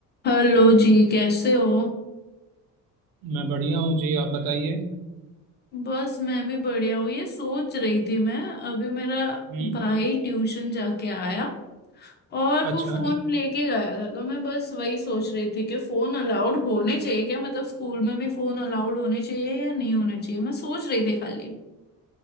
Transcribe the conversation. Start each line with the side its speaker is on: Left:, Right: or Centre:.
Left: Hello जी कैसे हो
Right: मैं बढ़िया हूँ जी आप बताइए
Left: बस मैं भी बढ़िया हूँ ये सोच रही थी मैं अभी मेरा
Right: हम्म
Left: भाई ट्यूशन जाके आया और वो
Right: अच्छा
Left: फोन लेके गया था तो मैं बस वही सोच रही थी कि फोन अलाउड होने चाहिए क्या मतलब स्कूल में भी फोन अलाउड होने चाहिए या नहीं होने चाहिए मैं सोच रही थी खाली